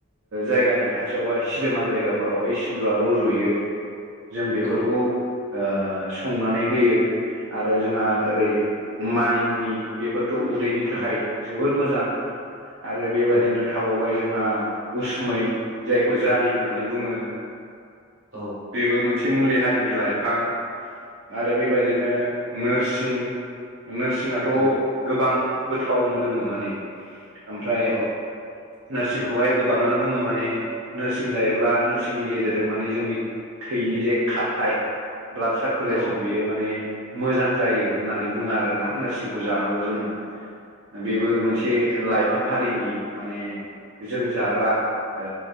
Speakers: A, on the right (about 80°); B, on the right (about 70°).
A: जायगानि खाथियाव बा सिदोमा जायगाफोरावहाय सिबुरा रज'यो। जों बेफोरखौ
B: औ
A: ओ संनानै होयो। आरो जोंहा ओरै
B: औ
A: मानिमुनि बेफोरथ' उदैनि थाखाय
B: औ
A: जोबोद मोजां आरो बेबादिनो
B: औ
A: थाबावबाय जोंहा उसुमै जायखौ जारि होननानै बुङो।
B: औ। औ
A: बेबो मोनसे मुलि हारिनि लाइफां आरो बेबायदिनो नोरसिं नोरसिङा
B: नंगौ
A: थ'
B: नंगौ
A: गोबां गोथाव मोदोमो माने ओमफ्राय
B: औ
A: नोरसिंखौहाय गोबाङानो बुङो माने नोरसिं जायोब्ला नोरसिंनि गेजेरजों माने जोंनि थैनि जे खारथाय ब्लाड सारकुलेसन
B: औ औ
A: बियो माने मोजां जायो होननानै बुङो आरो ना नोरसिंखौ जानांगौ जोङो। बेबो मोनसे लाइफां हारिनि माने जों जाग्रा ओ